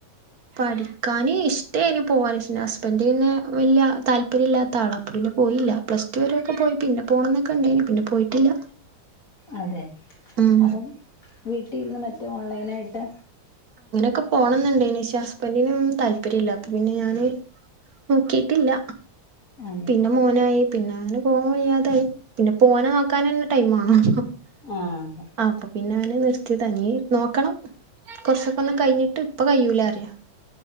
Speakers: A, on the right (about 50°); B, on the left (about 40°).
A: പഠിക്കാന് ഇഷ്ടേന് പോവാന് പക്ഷേ ഹസ്ബന്റിന് വല്യ താല്പര്യം ഇല്ലാത്ത ആളാ അപ്പൊ പിന്നെ പോയില്ല. പ്ലസ്ടു വരൊക്കെ പോയി പിന്നെ പോണംന്നൊക്കെ ഇണ്ടേനി പിന്നെ പോയിട്ടില്ല.
B: അതെ
A: ഉം
B: അപ്പം വീട്ടിരുന്ന് മറ്റേ ഓൺലൈനായിട്ട്
A: ക്കെ പോണംന്നുണ്ടേനി പഷെ ഹസ്ബന്റിനൊന്നും താല്പര്യല്ല അപ്പൊ പിന്നെ ഞാന് നോക്കിട്ടില്ല.
B: അതെ
A: പിന്നെ മോനായി പിന്നെ അങ്ങനെ പോയി അതായ് പിന്നെപ്പോനെ നോക്കാനന്നെ ടൈമേണം.
B: ആഹ്
A: അപ്പൊ പിന്നെ ഞാന് നിർത്തിയതാ എനി നോക്കണം കൊറച്ചൊക്കെ ഒന്ന് കഴിഞ്ഞിട്ട് ഇപ്പൊ കയ്യൂലാറിയാ